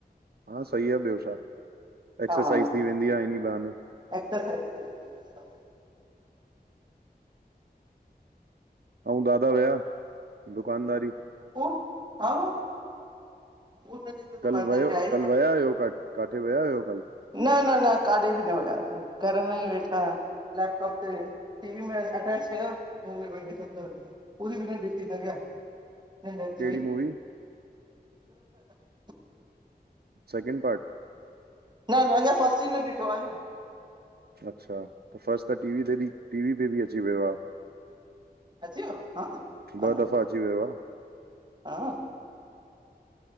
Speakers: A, on the right; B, on the right.
A: हा सइ आह ॿियो छा। एक्सरसाइज़
B: आहियां हा
A: थी वेंदी आहे इन्ही बहाने।
B: एक्सरसाइज थी वेंदी आहे
A: अऊं दादा वया दुकानदारी
B: ई आ हुनजी त
A: कल
B: दुकानदारी
A: वयव
B: आहे
A: कल वया हुयव काथे वया हुयव?
B: न न न काॾे बि न वयासे। घर में ई वेठा से। लैपटॉप ते टीवी में अटैच कयो मुवी <unintelligible> पुरी बि न ॾिसी सघिया। नींॾ अच्ची
A: कहिड़ी
B: वई।
A: मूवी
B: <inaudible>
A: सेकेंड पार्ट
B: न-न अञा फस्टॅ आ न ॾिठो आहेन।
A: अच्छा त फर्स्ट त टीवी ते बि टीवी ते बि अची वयो आह।
B: अची वियो हा,
A: ॿ
B: ॻाल्हायो
A: दफ़ा अची वयो आह।
B: हा